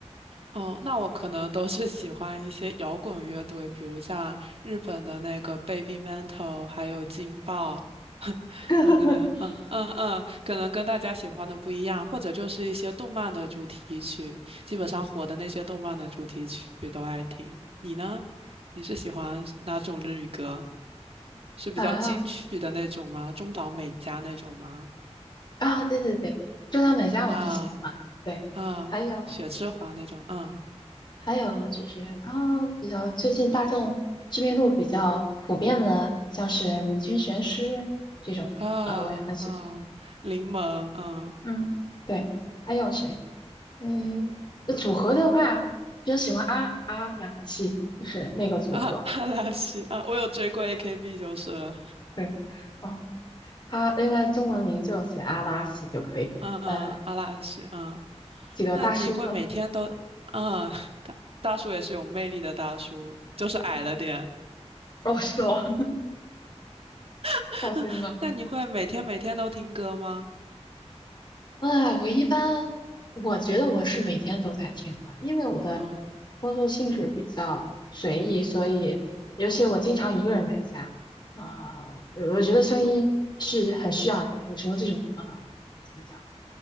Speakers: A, on the right; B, on the left.
A: 哦，那我可能都是喜欢一些摇滚乐队，比如像日本的那个 Baby Metal，还有劲爆。<laughs>
B: <laughs>
A: 我可能，嗯嗯嗯，可能跟大家喜欢的不一样，或者就是一些动漫的主题曲，基本上火的那些动漫的主题曲都爱听。你呢？你是喜欢哪种日语歌？是比较金曲的那种吗？
B: 啊
A: 中岛美嘉那种吗？
B: 啊，对对对，中岛美嘉我很喜欢，
A: 啊
B: 对，
A: 啊，
B: 还有
A: 雪之华那种，嗯
B: 还有就是啊，比较最近大众知名度比较普遍的，像是米津玄师这种，
A: 啊啊，
B: 嗯、我也很喜欢，
A: 柠檬，嗯
B: 嗯，对，还有谁？嗯，那组合的话，比较喜欢阿阿拉西，就是那个组合，
A: 啊，阿拉西啊，我有追过 AKB 就是了。
B: 对。哦，他应该中文名就写阿拉西就可以。
A: 嗯嗯，
B: 呃，
A: 阿拉西，嗯，
B: 几个大叔了，
A: 那你会每天都，嗯，大大叔也是有魅力的大叔，就是矮了点。
B: <laughs> 哦，是哦，<laughs>
A: <laughs>
B: 伤心了。
A: 那你会每天每天都听歌吗？
B: 哎，我一般我觉得我是每天都在听的，因为我的
A: 嗯，
B: 工作性质比较随意，所以尤其我经常一个人在家啊、呃我觉得声音是很需要的。
A: 哦，
B: 有时候这种啊、呃怎么讲，